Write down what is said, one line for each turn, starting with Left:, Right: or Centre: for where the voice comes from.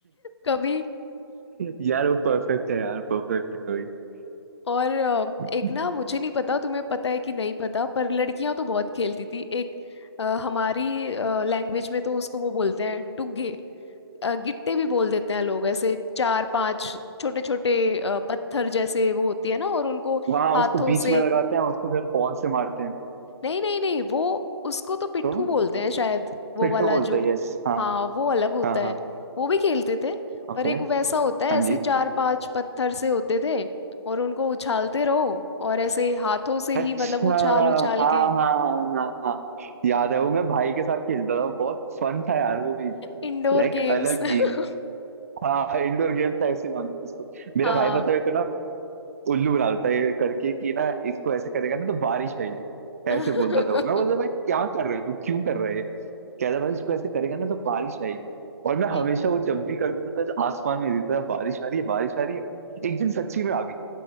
Left: कभी
Right: यार वो परफेक्ट है यार परफेक्ट है
Left: और अ,
Right: वही
Left: एक ना मुझे नहीं पता तुम्हें पता है कि नहीं पता पर लड़कियां तो बहुत खेलती थी एक अ, हमारी लैंग्वेज में तो उसको वो बोलते हैं टुगे अ, गिट्टे भी बोल देते हैं लोग ऐसे चार पांच छोटे छोटे पत्थर जैसे वो होती है ना और उनको
Right: हाँ
Left: हाथों
Right: उसको बीच
Left: से
Right: में लगाते हैं उसको फिर बॉल से मारते हैं
Left: नहीं नहीं नहीं वो उसको तो पिट्ठू
Right: तो
Left: बोलते हैं शायद वो
Right: पिट्ठू
Left: वाला
Right: बोलते
Left: जो
Right: हैं यस हाँ
Left: हाँ वो अलग होता
Right: हाँ
Left: है
Right: हाँ
Left: वो भी खेलते थे
Right: ओके
Left: पर एक वैसा होता है
Right: हाँ
Left: ऐसे
Right: जी
Left: चार पांच पत्थर से होते थे और उनको उछालते रहो और ऐसे हाथों से
Right: अच्छा
Left: ही मतलब उछाल
Right: हाँ
Left: उछाल
Right: हाँ
Left: के
Right: हाँ हाँ हाँ याद है वो मैं भाई के साथ खेलता था बहुत फन था यार वो भी
Left: Indoor
Right: लाइक
Left: games
Right: अलग
Left: <laughs>
Right: ही हाँ इंडोर गेम था ऐसे मान लो उसको मेरा
Left: हाँ
Right: भाई पता है को ना उल्लू बना देता है ये करके कि ना इसको ऐसे करेगा ना तो बारिश आएगी ऐसे
Left: <laughs>
Right: बोलता था वो मैं बोलता भाई क्या कर रहा है तू क्यों कर रहा है कहता भाई इसको ऐसे करेगा ना तो बारिश आएगी और मैं हमेशा
Left: यही।
Right: वो जब भी करता था तो आसमान में देखता था बारिश आ रही है बारिश आ रही है एक दिन सच्ची में आ गई